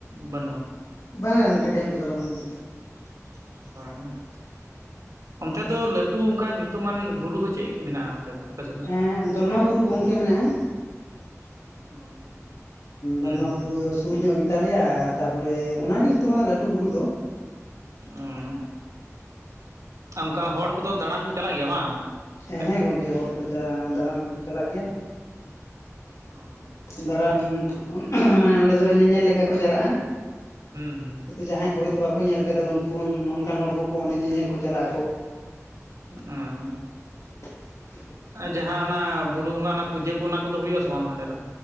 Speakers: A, on the right (about 80°); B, on the left (about 80°).
A: ᱵᱟᱹᱱᱩᱜᱼᱟ?
B: ᱵᱟᱝ-ᱟ ᱜᱚᱝᱠᱮ ᱰᱮᱢ ᱠᱚᱫᱚ ᱵᱟᱹᱱᱩᱜ ᱟᱹᱱᱤᱡ
A: ᱚᱻ ᱚᱱᱛᱮ ᱫᱚ ᱞᱟᱹᱴᱩ ᱚᱱᱠᱟ ᱧᱩᱛᱩᱢᱟᱱ ᱵᱩᱨᱩ ᱫᱚ ᱪᱮᱫ ᱢᱮᱱᱟᱜᱼᱟ ᱚᱱᱛᱮ ᱫᱚ? ᱥᱮᱫ ᱫᱚ
B: ᱦᱮᱸ ᱫᱚᱞᱢᱟ ᱵᱩᱨᱩ ᱜᱚᱝᱠᱮ ᱢᱮᱱᱟᱜᱼᱟ
A: <unintelligible>
B: ᱫᱚᱞᱢᱟ
A: ᱦᱩᱸ
B: ᱵᱩᱨᱩ ᱫᱚ ᱥᱩᱨ ᱧᱚᱜ ᱜᱮᱛᱟ ᱞᱮᱭᱟ ᱛᱟᱯᱚᱨᱮ ᱚᱱᱟ ᱜᱮ ᱡᱚᱛᱚ ᱠᱷᱚᱱᱟᱜ ᱞᱟᱹᱴᱩ ᱵᱩᱨᱩ ᱫᱚᱼᱼ
A: ᱚᱸᱻ ᱚᱱᱠᱟ ᱦᱚᱲ ᱠᱚᱫᱚ ᱫᱟᱬᱟᱱ ᱠᱚ ᱪᱟᱞᱟᱜ ᱜᱮᱭᱟ ᱵᱟᱝ ᱚᱱᱛᱮ
B: ᱦᱮᱸ ᱜᱚᱝᱠᱮ ᱦᱚᱲ ᱠᱚᱪᱟ ᱫᱟᱬᱟᱱ ᱠᱚᱠᱚ ᱪᱟᱞᱟᱜ ᱜᱮᱭᱟ
A: <unintelligible>
B: ᱫᱟᱬᱟᱱ ᱢᱟᱱᱮ ᱚᱸᱰᱮ ᱫᱚ ᱧᱮᱧᱮᱞ ᱞᱮᱠᱟ ᱠᱚ ᱪᱟᱞᱟᱜᱼᱟ
A: ᱦᱩᱸ ᱦᱩᱸ
B: ᱦᱚᱭᱛᱚ ᱡᱟᱦᱟᱸᱭ ᱠᱚ ᱦᱚᱭᱛᱳ ᱵᱟᱠᱚ ᱧᱮᱞ ᱟᱠᱟᱫᱟ ᱩᱱᱠᱩ ᱚᱱᱠᱟᱱ ᱦᱚᱲ ᱠᱚᱠᱚ ᱚᱸᱰᱮ ᱧᱮᱧᱮᱞ ᱠᱚ ᱪᱟᱞᱟᱜ ᱟᱠᱚ।
A: ᱮᱸ
B: <unintelligible>
A: ᱟ ᱡᱟᱦᱟᱸ ᱚᱱᱟ ᱵᱩᱨᱩ ᱵᱚᱸᱜᱟ ᱚᱱᱟ ᱯᱩᱡᱟᱹ ᱠᱚ ᱚᱱᱟ ᱠᱚᱫᱚ ᱦᱩᱭᱩᱜ ᱟᱥᱮ ᱵᱟᱝ ᱱᱚᱸᱰᱮ ᱫᱚ?